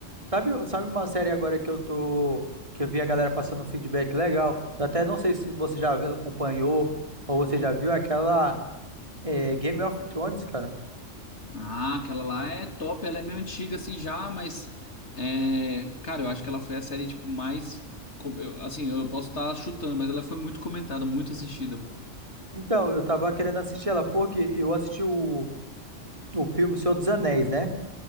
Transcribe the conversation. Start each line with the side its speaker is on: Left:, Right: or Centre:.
Right: Sabe, sabe uma série agora que eu tô, que eu vi a galera passando um feedback legal? Eu até não sei se você já viu- acompanhou ou você já viu aquela é, Game of Thrones, cara.
Left: Ah, aquela lá é top, ela é meio antiga assim já, mas é, cara, eu acho que ela foi a série tipo mais com- eu- assim, eu posso estar chutando, mas ela foi muito comentada, muito assistida, pô.
Right: Então, eu tava querendo assistir ela porque eu assisti o, o filme Senhor dos Anéis, né?